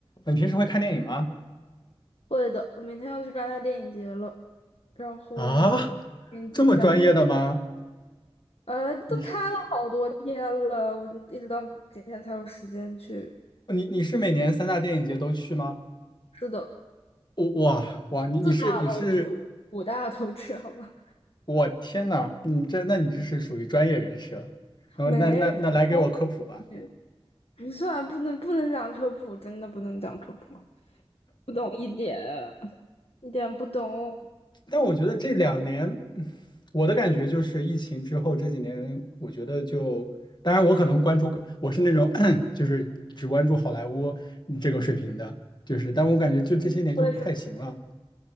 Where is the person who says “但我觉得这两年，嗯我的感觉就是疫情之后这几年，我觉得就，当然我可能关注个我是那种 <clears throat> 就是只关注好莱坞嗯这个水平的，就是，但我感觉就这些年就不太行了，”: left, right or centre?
Left